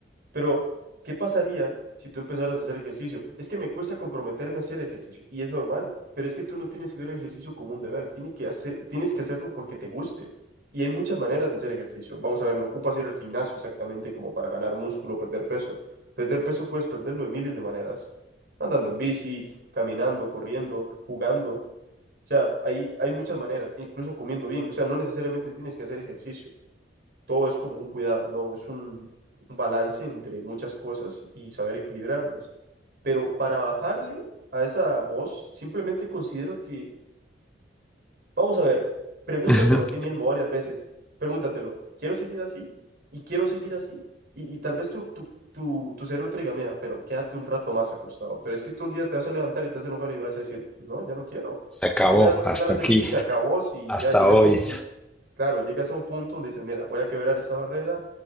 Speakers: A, on the right (about 60°); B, in the centre.
A: pero ¿qué pasaría si tú empezaras a hacer ejercicio? Es que me cuesta comprometerme a hacer ejercicio y es normal, pero es que tú no tienes que ver el ejercicio como un deber, tiene que hacer, tienes que hacerlo porque te guste. Y hay muchas maneras de hacer ejercicio. Vamos a ver, no ocupas ir al gimnasio exactamente como para ganar músculo o perder peso. Perder peso puedes perderlo de miles de maneras. Andando en bici, caminando, corriendo, jugando. O sea, hay, hay muchas maneras, incluso comiendo bien. O sea, no necesariamente tienes que hacer ejercicio todo es como un cuidado, ¿no? Es un, un balance entre muchas cosas y saber equilibrarlas. Pero para bajarle a esa voz, simplemente considero que Vamos a ver, pregúntatelo
B: Ujú.
A: a ti mismo varias veces. Pregúntatelo, ¿quiero seguir así? ¿Y quiero seguir así? Y, y tal vez tu, tu, tu, tu cerebro te diga, mira, pero quédate un rato más acostado. Pero es que tú un día te vas a levantar y te vas a enojar y vas a decir, no, ya no quiero.
B: Se acabó,
A: Voy a empezar
B: hasta
A: a hacer,
B: aquí,
A: sí, se acabó, si
B: hasta
A: ya llegas
B: hoy.
A: a un punto. Claro, llegas a un punto donde dices, mira, voy a quebrar esta barrera,